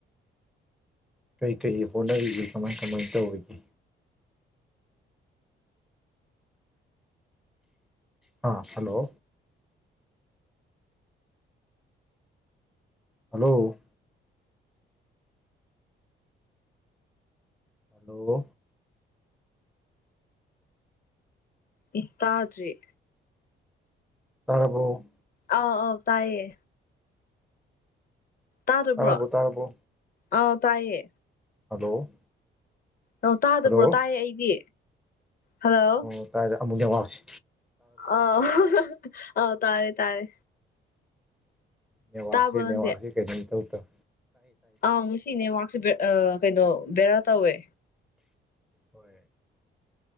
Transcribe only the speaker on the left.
ꯏ ꯇꯥꯗ꯭ꯔ‌ꯦ
ꯑꯥꯎ ꯑꯥꯎ ꯇꯥꯏꯌꯦ ꯇꯥꯗꯕ꯭ꯔꯣ
ꯑꯥꯎ ꯇꯥꯏꯌꯦ
ꯑꯣ ꯇꯥꯗꯕ꯭ꯔꯣ
ꯇꯥꯏꯌꯦ ꯑꯩꯗꯤ ꯍꯜꯂꯣ
ꯑꯥꯎ ꯑꯥꯎ ꯇꯥꯔꯦ ꯇꯥꯔꯦ
ꯇꯥꯕ꯭ꯔꯣ ꯅꯪꯗꯤ
ꯑꯥꯎ ꯉꯁꯤ ꯅ‌ꯦꯠꯋꯥꯔꯥꯛꯁꯦ ꯕ‌ꯦ ꯀꯩꯅꯣ ꯕꯦꯔꯥ ꯇꯧꯋꯦ